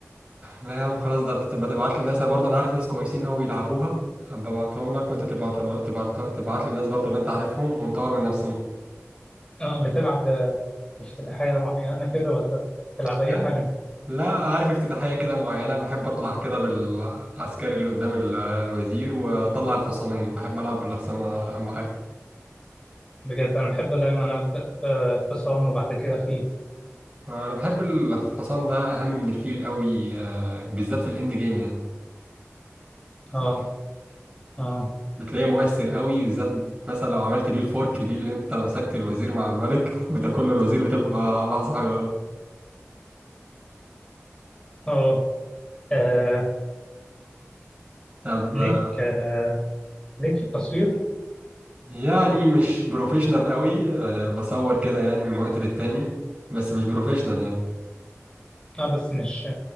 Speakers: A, on the right; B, on the left.
A: لا يا عم خلاص ده انت تبقى تبعت لي ناس انا برضه انا عارف ناس كويسين قوي يلعبوها هبقى ابعتهم لك وانت تبقى تبقى تبعت لي ناس برضه اللي انت عارفهم ونطور من نفسنا
B: اه بتلعب ده افتتاحيه معينه كده ولا بتلعب اي
A: يعني
B: حاجه
A: لا عارف افتتاحية كده معينة بحب اطلع كده بالعسكري اللي قدام ال- الوزير واطلع الحصانين بحب العب بالحصانة اهم حاجة
B: بجد انا بحب دايما ابدا آه، حصان وبعد كده فيل
A: انا بحب الحصان ده اهم من الفيل قوي آه، بالذات في الاند جيم يعني صح
B: اه اه
A: بتلاقيه مؤثر قوي بالذات مثلا لو عملت بيه الفورك دي اللي انت مسكت الوزير مع الملك وتاكل له الوزير وتبقى لحظة حلوة قوي
B: اه آه،
A: طب
B: ليك
A: آه،
B: آه، ليك في التصوير
A: يعني مش بروفيشنال قوي آه، بصور كده يعني من وقت للتاني بس مش بروفيشنال يعني
B: اه بس مش